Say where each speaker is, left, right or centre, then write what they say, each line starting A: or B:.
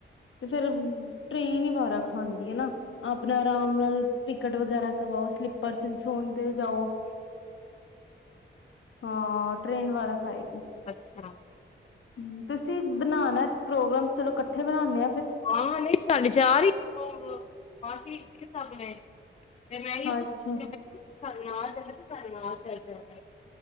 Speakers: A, on the left; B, on the left.
A: ਤੇ ਫਿਰ ਟਰੇਨ ਹੀ ਬਾਰਾਂ ਖਾਂਦੀ ਹੈ ਨਾ ਆਪਨਾ ਆਰਾਮ ਨਾਲ ਟਿਕਟ ਵਗੈਰਾ ਕਰਵਾਓ ਸਲੀਪਰ ਚ ਸ ਸੋਹਂਦੇ ਜਾਓ ਹਾਂ ਟ੍ਰੇਨ ਵਾਰਾ ਖਾਏਗੀ।
B: ਅੱਛਾ
A: ਹਮ ਤੁਸੀ ਬਨਾਨਾ ਪ੍ਰੋਗਰਾਮ ਚਲੋ ਇਕੱਠੇ ਬਣਾਉਦੇ।
B: ਹਾਂ ਨਹੀਂ ਸਾਡੇ ਚਾਰ <unintelligible> ਤੇ ਮੈਂ ਪੁਛ।
A: ਅੱਛਾ
B: ਸਾਨ ਨਾਲ ਆ ਜਾਣਾ ਤੇ ਸਾਨੂੰ ਆ ਜਾ ਜਾਦਾ।